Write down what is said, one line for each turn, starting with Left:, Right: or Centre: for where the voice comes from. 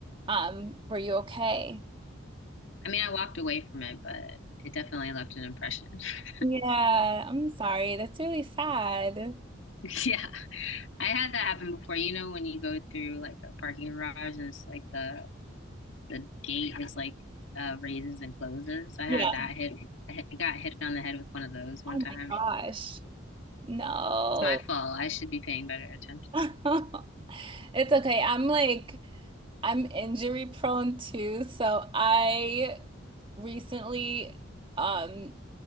Right: um were you okay?
Left: I mean, I walked away from it, but it definitely left an impression. <laughs>
Right: Yeah, I'm sorry. That's really sad.
Left: Yeah. I had that happen before. You know, when you go through like a parking garage and it's like the the gate is like uh raises and closes. I had
Right: Yeah.
Left: that hit I hit- I got hit on the head with one of those one
Right: Oh
Left: time.
Right: my gosh.
Left: It's
Right: No.
Left: my fault. I should be paying better attention.
Right: <laughs> It's okay. I'm like, I'm injury prone too. So I recently, um,